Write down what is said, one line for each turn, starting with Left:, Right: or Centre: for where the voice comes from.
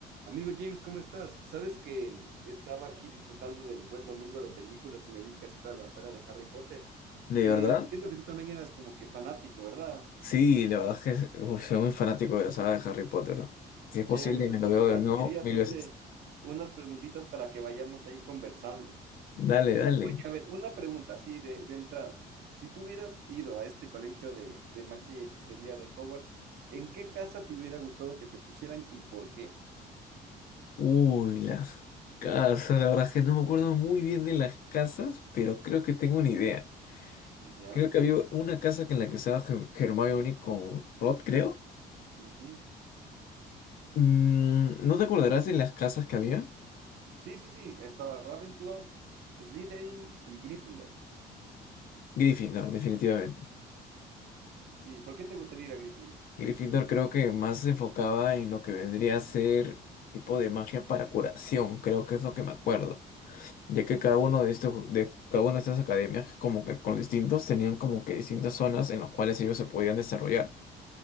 Right: Amigo James, ¿cómo estás? Sabes que estaba aquí disfrutando del buen domingo de películas y me vi casi toda la saga de Harry Potter.
Left: ¿De
Right: Eh,
Left: verdad?
Right: entiendo que tú también eras como que fanático, ¿verdad?
Left: Sí, la verdad es que uf, soy muy fanático de la saga de Harry Potter. Si es posible,
Right: Chévere.
Left: me
Right: Entonces,
Left: lo veo
Right: verás,
Left: de nuevo
Right: quería
Left: mil
Right: hacerte
Left: veces.
Right: unas preguntitas para que vayamos ahí conversando.
Left: Dale, dale.
Right: Oye, a ver, una pregunta así de, de entrada. Si tú hubieras ido a este colegio de, de magia y hechicería de Hogwarts, ¿en qué casa te hubiera gustado que te pusieran y por qué?
Left: Uy, las casas. La verdad es que no me acuerdo muy bien de las casas, pero creo que tengo una idea.
Right: ¿Ya?
Left: Creo que había una casa en la que usaba Herm- Hermione con Rod, creo.
Right: Ujú.
Left: Mm, ¿no te acordarás de las casas que había?
Right: Sí, sí, sí, estaba Ravenclaw, Slytherin y Gryffindor.
Left: Gryffindor, definitivamente.
Right: Sí, ¿por qué te gustaría ir a Gryffindor?
Left: Gryffindor creo que más se enfocaba en lo que vendría a ser tipo de magia para curación. Creo que es lo que me acuerdo. ya que cada uno de estos, de cada una de estas academias, como que con distintos, tenían como que distintas zonas en las cuales ellos se podían desarrollar.